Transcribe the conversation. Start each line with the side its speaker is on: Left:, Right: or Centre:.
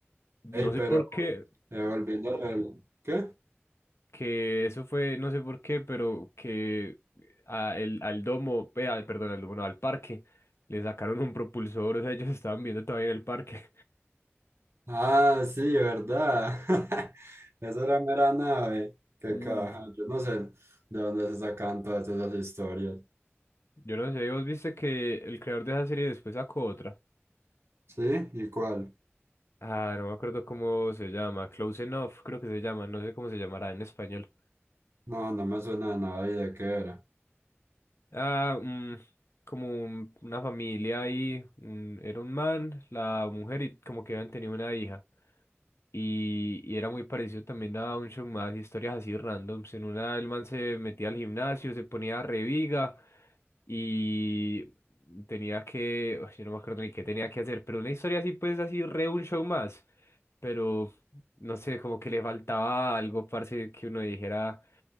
Left: no
Right: Ey, pero
Left: sé por qué.
Right: eh, volviendo al... ¿Qué?
Left: que eso fue, no sé por qué, pero que a el- al domo, eh, al- perdón, al domo, no, al parque, le sacaron un propulsor, o sea, ellos <laughs> estaban viendo todavía en el parque.
Right: Ah, sí, ¿verdad? <laughs> Eso era mera nave. Qué
Left: Mm.
Right: caja. Yo no sé de dónde se sacan todas esas historias.
Left: Yo no sé, vos viste que el creador de esa serie después sacó otra.
Right: ¿Sí? ¿Y cuál?
Left: Ah, no me acuerdo cómo se llama, Close Enough, creo que se llama, no sé cómo se llamará en español.
Right: No, no me suena de nada y de qué era.
Left: Ah, mm, como un- una familia ahí, un- era un man, la mujer y como que habían tenido una hija. Y, y era muy parecido también a un show más, historias así randoms. En una, el man se metía al gimnasio, se ponía reviga y tenía que, Uy, yo no me acuerdo ni qué tenía que hacer, pero una historia así, pues así, re un show más. Pero no sé, como que le faltaba algo, parce, que uno dijera,